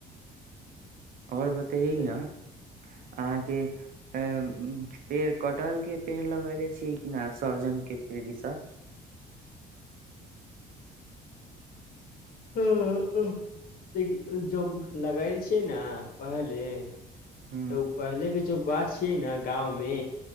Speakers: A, on the right (about 55°); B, on the left (about 60°).
A: आओर बतैयै
B: चलू
A: नऽ अहाँके अ पेड़ कटल के पेड़ लगैले छी किना सहजन के पेड़ इ सब
B: देखी ज लगाय छै ने पहले तऽ
A: ह
B: ओ पहिले के जो गाछियै ने गाँ मे